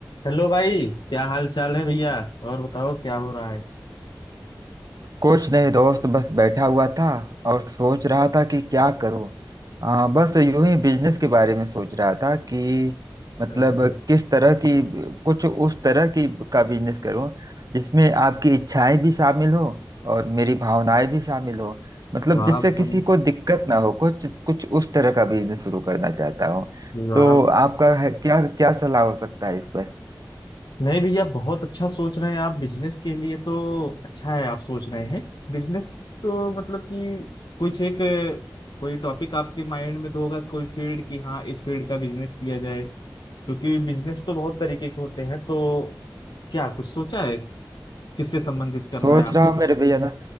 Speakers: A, on the left; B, on the right.
A: Hello भाई क्या हाल चाल है भैया और बताओ क्या हो रहा है
B: कुछ नहीं दोस्त बस बैठा हुआ था और सोच रहा था कि क्या करूं आ, बस यूं ही बिजनेस के बारे में सोच रहा था कि मतलब
A: अरे
B: किस तरह की कुछ उस तरह की का बिजनेस करूं जिसमें आपकी इच्छाएं भी शामिल हो और मेरी भावनाएं भी शामिल हो मतलब
A: वाह
B: जिससे
A: भाई
B: किसी को दिक्कत ना हो कुछ कुछ उस तरह का बिजनेस शुरू करना चाहता हूं
A: वाह
B: तो आपका है, क्या क्या सलाह हो सकता है इस पर
A: नहीं भैया बहुत अच्छा सोच रहे हैं आप बिजनेस के लिए तो अच्छा है आप सोच रहे हैं बिजनेस तो मतलब कि कुछ एक अ, कोई टॉपिक आपके माइंड में तो होगा कोई फील्ड की हाँ इस फील्ड का बिजनेस किया जाए क्योंकि बिजनेस तो बहुत तरीके के होते हैं तो क्या कुछ सोचा है किससे संबंधित करना
B: सोच
A: है आपको
B: रहा हूँ मेरे भैया ना